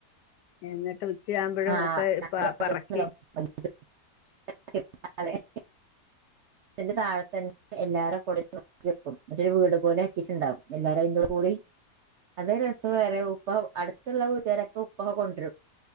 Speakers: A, on the left (about 85°); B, on the right (about 75°).
A: എന്നിട്ട് ഉച്ചയാകുമ്പോഴും
B: ആഹ
A: ഒക്കെ പ- പറക്കി
B: <unintelligible> ന്റെ താഴ തന്നെ എല്ലാരും കൊടു നോക്കി വെക്കും മറ്റൊരു വീട് പോലെ ക്കിട്ടുണ്ടാവും എല്ലാരും <unintelligible> കൂടി അതെ രസം വേറെ പ്പം അടുത്തുള്ള വീട്ടാരക്ക് ഉപ്പക കൊണ്ടരും